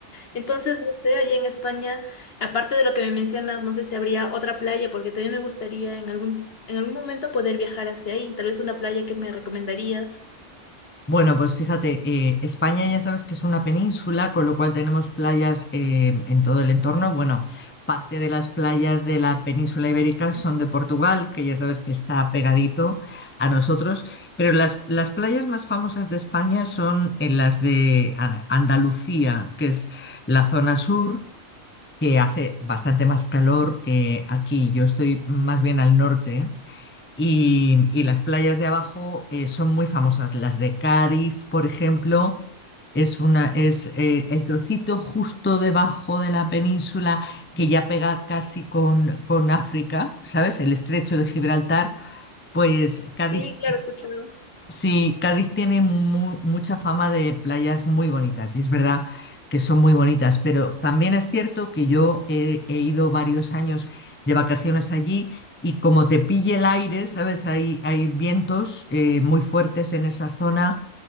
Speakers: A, on the left; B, on the left.
A: Entonces, no sé, allá en España, aparte de lo que me mencionas, no sé si habría otra playa, porque también me gustaría en algún, en algún momento poder viajar hacia ahí. Tal vez una playa que me recomendarías.
B: Bueno, pues fíjate, eh, España ya sabes que es una península, con lo cual tenemos playas eh, en todo el entorno. Bueno, parte de las playas de la península ibérica son de Portugal, que ya sabes que está pegadito a nosotros, pero las, las playas más famosas de España son en las de ah, Andalucía, que es la zona sur, que hace bastante más calor que aquí. Yo estoy más bien al norte. Y, y las playas de abajo eh, son muy famosas. Las de Cádiz, por ejemplo, es una, es eh, el trocito justo debajo de la península que ya pega casi con, con África, ¿sabes? El estrecho de Gibraltar, pues Cádiz
A: Sí, claro, he escuchado.
B: Sí, Cádiz tiene mu- mucha fama de playas muy bonitas y es verdad que son muy bonitas, pero también es cierto que yo he, he ido varios años de vacaciones allí y como te pille el aire, ¿sabes? Hay, hay vientos eh, muy fuertes en esa zona